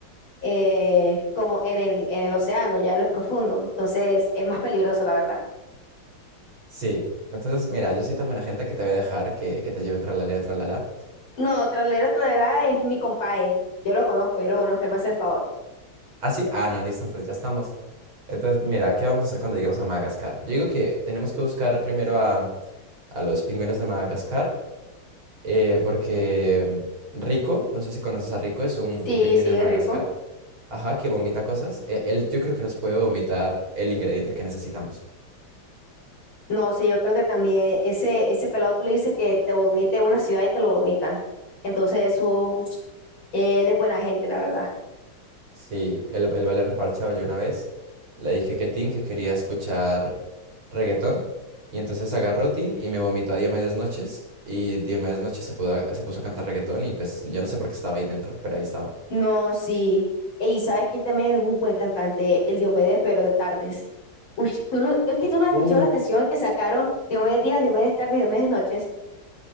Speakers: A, on the left; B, on the right.
A: eh, como en el, en el océano, ya en lo profundo. Entonces, es más peligroso, la verdad.
B: sí. Entonces, mira, yo soy tan buena gente que te voy a dejar que, que te lleve Tralalero Tralala.
A: No, Tralero Tralera es mi compadre. Yo lo conozco, yo lo conozco, él me hace el favor.
B: Ah, sí, ah, no, listo, entonces ya estamos. Entonces, mira, ¿qué vamos a hacer cuando lleguemos a Madagascar? Yo digo que tenemos que buscar primero a, a los pingüinos de Madagascar, eh, porque mm, Rico, no sé si conoces a Rico, es un,
A: Sí,
B: un pingüino
A: sí,
B: de Madagascar,
A: es rico.
B: ajá, que vomita cosas. Eh, él yo creo que nos puede vomitar el ingrediente que necesitamos.
A: No, sí, yo creo que también ese, ese pelado tú le dices que te vomite en una ciudad y te lo vomita. Entonces, eso, uf, él es buena gente, la verdad.
B: Sí, el, el vale reparchado yo una vez, le dije que Tin, que quería escuchar reggaetón, y entonces agarró Tin y me vomitó a Diomedes Noches, y Diomedes Noches se pudo, a- se puso a cantar reggaetón, y pues yo no sé por qué estaba ahí dentro, pero ahí estaba.
A: No, sí. Y ¿sabes quién también es un buen cantante? El Diomedes, pero de tardes. Uy, tú no- es que tú no has escuchado
B: Uf,
A: la canción que sacaron Diomedes Días, Diomedes Tarde y Diomedes Noches.